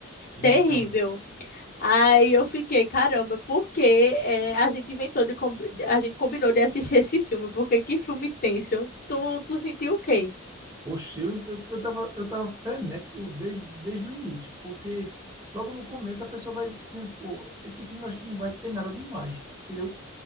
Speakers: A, on the right; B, on the left.
A: Então...
B: Terrível. Aí eu fiquei, caramba, por que eh, a gente inventou de com- a gente combinou de assistir esse filme? Porque que filme tenso? Tu, tu sentiu o quê?
A: Oxe, eu, eu, eu tava, eu tava frenético desde, desde o início, porque logo no começo a pessoa vai dizendo, pô, esse filme eu acho que não vai ter nada demais, entendeu?